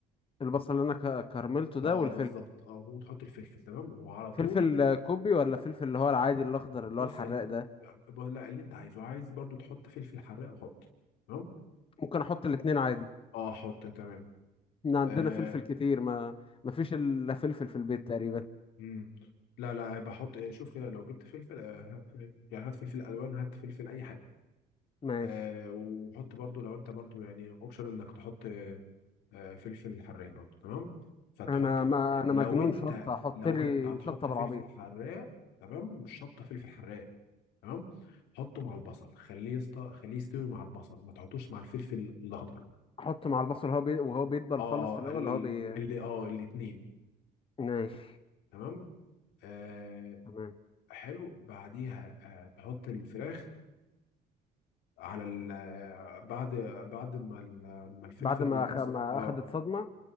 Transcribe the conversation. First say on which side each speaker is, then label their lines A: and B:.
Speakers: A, on the left; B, on the left.
A: البصل اللي انا ك- كرملته ده
B: اه
A: والفلفل
B: بالظبط اه وتحط الفلفل تمام وعلى
A: فلفل
B: طول
A: آه، كوبي ولا فلفل اللي هو العادي الاخضر اللي
B: بص
A: هو الحراق
B: ال...
A: ده
B: ب- لا اللي انت عايزه عايز برضو تحط فلفل حراق حط تمام
A: ممكن احط الاتنين عادي
B: اه حط تمام
A: احنا عندنا
B: آه.
A: فلفل كتير ما ما فيش الا فلفل في البيت تقريبا
B: مم. لا لا آه، بحط آه، شوف كده لو جبت فلفل آه. هات- يعني هات فلفل الوان هات فلفل اي حاجه
A: ماشي
B: آه. وحط برضو لو انت برضو يعني اوبشن انك تحط آه، فلفل حراق برضه تمام فتحط
A: انا
B: الف...
A: ما انا
B: لو
A: مجنون
B: انت
A: شطه احط
B: لو
A: لي
B: انت هتحط
A: شطه بالعبيط
B: فلفل حراق تمام مش شطه فلفل حراق تمام حطه مع البصل خليه يست... خليه يستوي مع البصل ما تحطوش مع الفلفل الاخضر
A: احط مع البصل وهو بي... وهو بيدبل
B: اه
A: خالص في الاول
B: اللي,
A: هو بي
B: اللي اه الاتنين
A: ماشي
B: تمام آه
A: تمام
B: حلو بعديها آه تحط الفراخ على ال... آه، بعد بعد ما ال- ما الفلفل
A: بعد ما
B: والبصل
A: أخ... ما
B: اه
A: اخدت صدمة